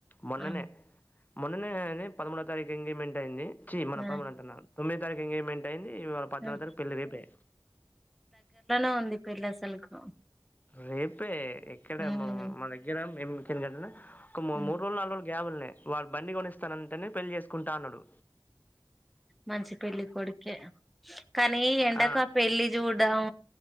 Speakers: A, on the left; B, in the centre.
A: మొన్ననే
B: అవును.
A: మొన్ననే పదమూడో తారీఖు ఎంగేజ్మెంట్ అయింది చీ మన
B: ఆ
A: పదమూడు అంటున్నాను తొమ్మిది తారీఖు ఎంగేజ్మెంట్ అయింది ఇవాళ పద్నాలుగు
B: ఆ!
A: తారీఖు పెళ్ళి రేపే
B: ఆ అంది పెళ్లి అసలుకు
A: రేపే ఎక్కడ
B: హ్మ్.
A: మ మా దగ్గర మేం కింగడ్ల ఒక ము
B: హ్మ్.
A: మూడు రోజులు నాలుగు రోజు గ్యాబుల్నే వాడు బండి కొనిస్తానంటేనే పెళ్లి చేసుకుంటా అన్నాడు
B: మంచి పెళ్ళి కొడుకే కానీ ఎండక
A: కానీ
B: పెళ్ళి చూ డం